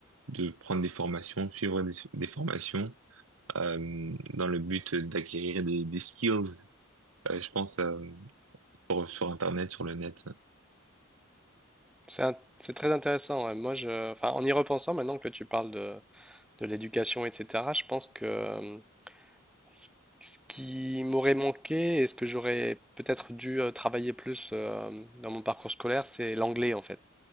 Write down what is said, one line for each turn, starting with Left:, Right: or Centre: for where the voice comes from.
Right: de prendre des formations, suivre des, des formations euh, dans le but d'acquérir des, des skills, euh, je pense, euh, sur, sur Internet, sur le net.
Centre: C'est un- c'est très intéressant. ouais. Moi, je, enfin, en y repensant, maintenant que tu parles de, de l'éducation, etc., je pense que euh, ce ce qui m'aurait manqué et ce que j'aurais peut-être dû euh, travailler plus euh, dans mon parcours scolaire, c'est l'anglais, en fait.